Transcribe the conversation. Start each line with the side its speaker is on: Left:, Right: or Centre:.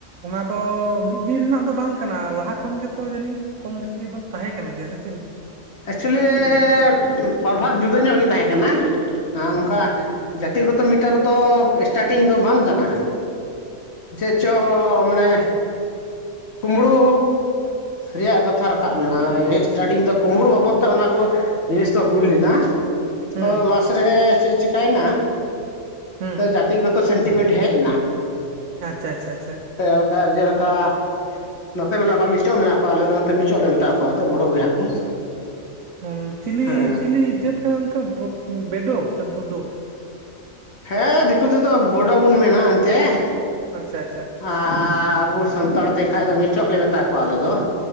Right: ᱚᱱᱟ ᱫᱚ ᱢᱤᱫ ᱫᱤᱱ ᱨᱮᱱᱟᱜ ᱫᱚ ᱵᱟᱝ ᱠᱟᱱᱟ᱾ ᱞᱟᱦᱟ ᱠᱷᱚᱱ ᱜᱮᱛᱚ ᱡᱟᱹᱱᱤᱡ ᱠᱚᱢ ᱵᱮᱥᱤ ᱫᱚ ᱛᱟᱦᱮ ᱠᱟᱱᱟ ᱜᱮᱭᱟ ᱥᱮ ᱪᱮᱫ ᱞᱮᱠᱟ?
Left: ᱮᱠᱪᱩᱭᱮᱞᱤᱻ ᱯᱨᱚᱵᱷᱟᱵᱽ' ᱡᱩᱫᱟᱹ ᱧᱚᱜ ᱜᱮ ᱛᱟᱦᱮ ᱠᱟᱱᱟ᱾ ᱚᱱᱠᱟ ᱵᱮᱠᱛᱤᱜᱚᱛᱚ ᱢᱤᱴᱟᱨ ᱫᱚ ᱥᱴᱟᱴᱤᱝ ᱫᱚ ᱵᱟᱝ ᱠᱟᱱᱟ᱾ ᱪᱮᱫ ᱪᱚ ᱢᱟᱱᱮ ᱠᱩᱢᱵᱽᱲᱩ ᱨᱮᱭᱟᱜ ᱠᱟᱛᱷᱟ ᱨᱟᱠᱟᱵ ᱞᱮᱱᱟ, ᱥᱴᱟᱴᱤᱝ ᱫᱚ ᱠᱩᱢᱵᱽᱲᱩ ᱵᱟᱵᱚᱫ ᱛᱮ, ᱚᱱᱟ ᱠᱚ ᱡᱤᱱᱤᱥ ᱫᱚ ᱦᱩᱭ ᱞᱮᱱᱟ᱾
Right: ᱦᱩᱸ
Left: ᱛᱚ ᱞᱟᱥᱴ ᱨᱮ ᱪᱮᱫ ᱪᱮᱠᱟᱭ ᱮᱱᱟ,
Right: ᱦᱩᱸ
Left: ᱛᱚ ᱡᱟᱹᱛᱤ ᱜᱚᱛᱚ ᱥᱮᱱᱴᱤᱢᱮᱱᱴ ᱦᱮᱡᱽ ᱮᱱᱟ᱾
Right: ᱟᱪᱪᱷᱟ, ᱟᱪᱪᱷᱟ, ᱟᱪᱪᱷᱟ᱾
Left: ᱥᱮ ᱚᱱᱠᱟ ᱡᱮ ᱞᱮᱠᱟ ᱱᱚᱛᱮ ᱢᱮᱱᱟᱜ ᱠᱚᱣᱟ᱾ ᱢᱤᱪᱚ ᱢᱮᱱᱟᱜ ᱠᱚᱣᱟ ᱟᱞᱮ ᱫᱚ ᱱᱚᱛᱮ ᱢᱤᱪᱚ ᱞᱮ ᱢᱮᱛᱟ ᱠᱚᱣᱟ ᱮᱱᱛᱮ ᱵᱚᱲᱚ ᱵᱚᱭᱦᱟ ᱠᱚ᱾
Right: ᱦᱩᱸ ᱪᱤᱞᱤ
Left: ᱦᱮᱸ
Right: ᱪᱤᱞᱤ ᱡᱟᱹᱛ ᱠᱟᱱᱟ ᱚᱱᱠᱟ ᱵᱮᱰᱚ ᱥᱮ ᱵᱳᱰᱳ?
Left: ᱦᱮᱸ ᱫᱤᱠᱩ ᱛᱮ ᱫᱚ ᱵᱳᱰᱳ ᱵᱚᱱ ᱢᱮᱱᱟ ᱮᱱᱛᱮᱫ᱾
Right: ᱟᱪᱪᱷᱟ, ᱟᱪᱪᱷᱟ᱾
Left: ᱟᱼᱟᱨ ᱟᱵᱚ ᱥᱟᱱᱛᱟᱲ ᱛᱮ ᱠᱷᱟᱡᱽ ᱫᱚ ᱢᱤᱪᱚᱜ ᱞᱮ ᱢᱮᱛᱟ ᱠᱚᱣᱟ ᱟᱞᱮ ᱫᱚ᱾